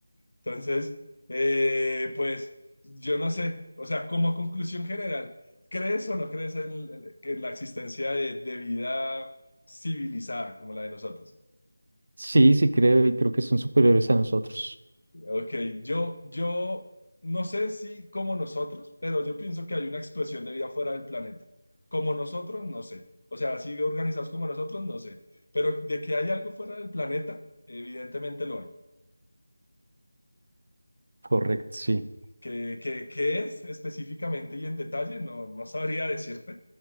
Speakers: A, on the left (about 55°); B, on the right (about 65°).
A: Entonces, eh, pues yo no sé, o sea, como conclusión general, ¿crees o no crees en, en la existencia de, de vida civilizada como la de nosotros?
B: Sí, sí creo y creo que son superiores a nosotros.
A: Ok, yo, yo no sé si como nosotros, pero yo pienso que hay una expresión de vida fuera del planeta. Como nosotros, no sé. O sea, así organizados como nosotros, no sé. Pero de que hay algo fuera del planeta, evidentemente lo hay.
B: Correcto, sí.
A: ¿Qué, qué- qué es específicamente y en detalle? No, no sabría decirte,